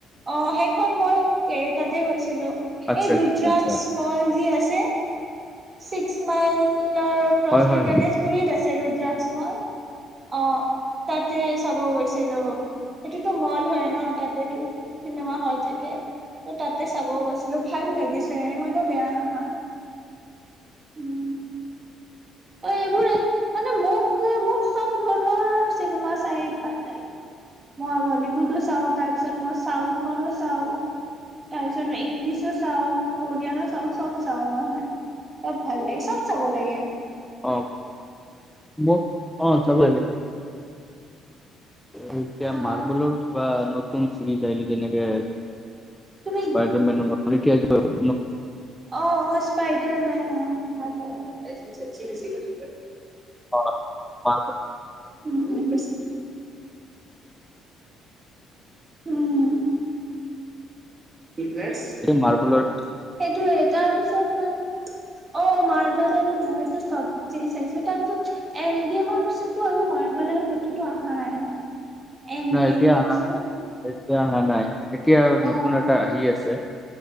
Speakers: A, on the right; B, in the centre.
A: অ' সেইখন মই তাতে গৈছিলো।
B: আচ্ছা
A: এই ৰুদ্ৰাক্ষ
B: আচ্ছা আচ্ছা
A: মল যে আছে! ছিক্স মাইলৰ ক্ৰছ
B: হয় হয়
A: গণেশগুৰিত
B: হয়
A: আছে ৰুদ্ৰাক্ষ মল। অ' তাতে চাব গৈছিলোঁ। এইটোতো মল হয় ন' তাতেটো চিনেমা হল থাকে। তাতে চাব গৈছিলোঁ। ভাল লাগিছে, ইমানো বেয়া নহয়। উম। অ
B: <inaudible>
A: এইবোৰে মানে মোক মোক সব ধৰণৰ চিনেমা চাই ভাল লাগে। মই বলীউডো চাওঁ, তাৰ পিছত মই চাউথৰো চাওঁ তাৰ পিছত ইংলিছো চাওঁ, কৰিয়ানো চাওঁ, চব চাওঁ মই। চব ভাল লাগে, চব চাব লাগে।
B: অ', মোক, অ' চাব লাগে। এতিয়া
A: অ
B: মাৰ্ভেলৰ কিবা নতুন ছিৰিজ আহিলে তেনেকে,
A: তুমি
B: স্পাইদাৰমেনৰ নতুন এতিয়া কিবা নতু
A: অ' অ', স্পাইডাৰমেন অ', ভাল লাগে।
B: অ', মাৰ্ভেল
A: উম। উম। ফিটনেছ, সেইটোৱেই,
B: মাৰ্বলৰ
A: তাৰপিছত মানে অ', মাৰ্ভেলৰো নহয়, এইটো চব ছিৰিজ চাইছোঁ, তাৰপিছত এন ডি এমৰ পিছততো আৰু মাৰ মাৰ্ভেলৰ সেইটোতো অহা নাই ন? এণ্ড
B: নাই,
A: গেমৰ
B: এতিয়া অহা
A: পিছত
B: নাই, এতিয়া অহা নাই, এতিয়া নতুন
A: অ',
B: এটা আহি আছে।